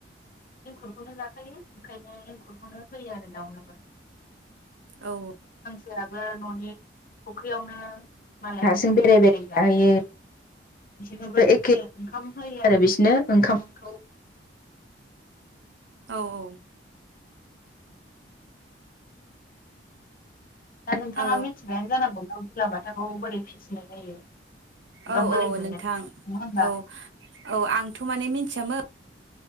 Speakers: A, on the left (about 50°); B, on the right (about 80°).
A: एंखुरखौनो जाखायो। ओंखायनो एंखुरखौनो होयो आरो दाउनोबो
B: औ
A: हांसोयाबो ननि ख्रियावनो मालाय हारसिं बेराय बेराय जाहैयो बिसोरनोबो एखे ओंखाम होयो आरो बिसोरनो । ओंखामखौ
B: औ औ
A: दा नोंथाङा
B: ओ
A: मिथिबायानो जानांगौ ना लाबाथाखौ बोरै फिसिनाय जायो। एबा
B: औ
A: बोरै
B: औ
A: मोनो
B: नोंथां
A: नङा होमबा
B: औ औ आंथ माने मिथियामोन।